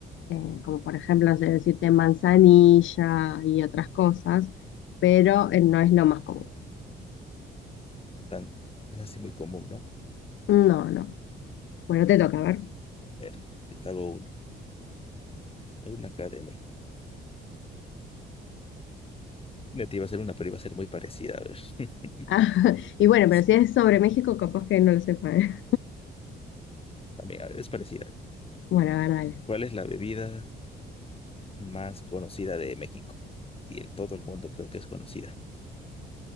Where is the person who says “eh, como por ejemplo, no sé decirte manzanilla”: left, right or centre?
Left